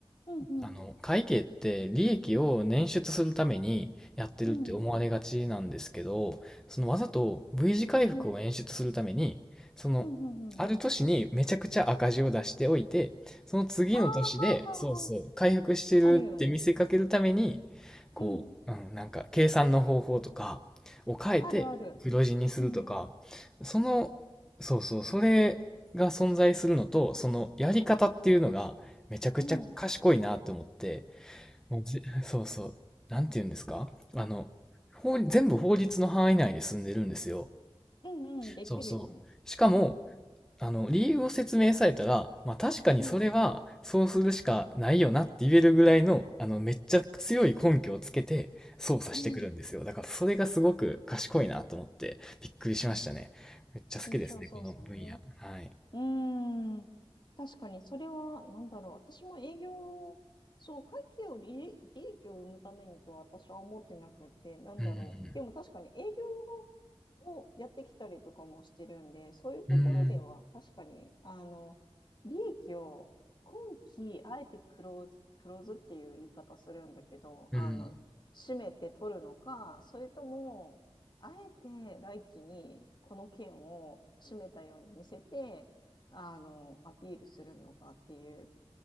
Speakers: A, on the left; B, in the centre.
A: うん、うん、
B: あの、会計って利益を捻出するためにやってるって思われがちなんですけど、
A: うん、
B: そのわざと V 字回復を演出するために、
A: うん、
B: その、
A: うん、
B: ある年にめちゃくちゃ赤字を出しておいて、
A: うん、
B: その次の年で、
A: ああ、はあ、
B: そうそう、
A: はあ、は
B: 回復してるって見せかけるために、
A: あ。あるよね。
B: こう、
A: うん。
B: うん、なんか計算の方法とかを変えて黒字にするとか、
A: あるある。うん。
B: その、そうそう、それが存在するのと、そのやり方っていうのが、めちゃくちゃ賢いなと思って、
A: うん。
B: もうぜ <laughs> そうそう、なんて言うんですかあの、法全部法律の範囲内で住んでるんですよ。
A: うんうん。できるよね。
B: そうそう。しかも、
A: うん。
B: あの、理由を説明されたら、まあ確かにそれはそうするしかないよなって言えるぐらいの、
A: うん。
B: あの、めっちゃ強い根拠をつけて操作してくるんですよ。
A: うん。
B: だからそれがすごく賢いなと思ってびっくりしましたね。めっちゃ好きですね、
A: 印象操作ね。
B: この分野。はい。
A: うーん。確かに、それは、なんだろう。私も営業、そう、会計を利益、利益を生むためにとは私は思ってなくて、なんだろう。
B: うん、
A: でも確かに営業をやってきたりとかもしてるんで、そういうところでは確かに、
B: うん、
A: あの、利益を今期、あえてクローズ、クローズっていう言い方するんだけど、
B: うん、
A: あの、締めて取るのか、それとも、あえて来期にこの件を締めたように見せて、あの、アピールするのかっていう、